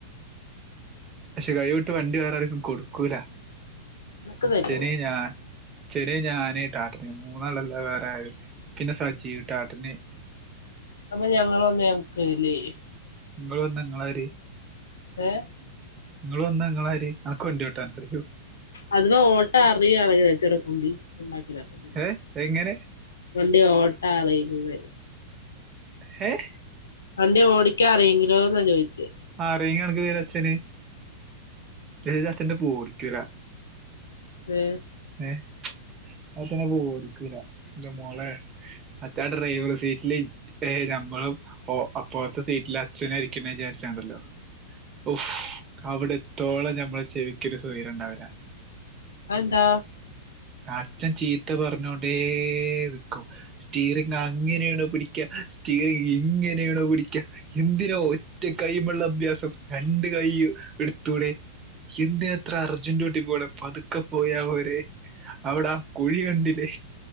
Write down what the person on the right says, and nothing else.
പക്ഷെ കൈവിട്ട് വണ്ടി വേറെ ആർക്കും കൊടുക്കൂല
അച്ഛന്
ഞാൻ ചെറിയ ഞാനേ ട്ടാട്ടന് മൂന്നാളല്ലാം വേറെ പിന്നെ സജീ ട്ടാട്ടന്
നിങ്ങള് വന്ന നിങ്ങളാര്
നിങ്ങൾ വന്ന നിങ്ങള ആരി അനക്ക്‌വണ്ടി ഒട്ടാൻഅറിയേ
ഏ എങ്ങനെ
ഏ എ
ആഹ് അറിയെങ്കി അണക്ക് പേര് അച്ഛന് <unintelligible> അച്ഛന്റാെപ്പം ഓടിക്ക്യൂലാ
എ അപ്പതിന്ഓടിക്കൂല എന്റെമോളെ മറ്റാ ന്റ ഡ്രൈവർ സീറ്റില് ഏ നമ്മളും ഓ അപ്പറത്തെ സീറ്റില് അച്ഛന ഇരിക്കണ വിചാരിച്ചണ്ടല്ലോ ഉഫ്ഫ് അവിടെ ത്തോളം നമ്മള് ചെവിക്കൊരു സെയ്രണ്ടാവില്ല
അച്ഛൻ ചീത്ത പറഞ്ഞോണ്ടേക്കും സ്റ്റീറിങ് അങ്ങനെയാണോ പിടിക്ക സ്റ്റീറിങ് ഇങ്ങനെയാണോ പിടിക്കാ എന്തിനോ ഒറ്റ കൈമുള്ള അഭ്യാസം രണ്ട് കൈ എടുത് ത്തൂടെ എന്തിനാത്രെ അർജന്റൂട്ടി പോണെ പത്ക്കെ പോയാ പോരേ അവ്ടാ ആ കുഴി കണ്ട്ലേ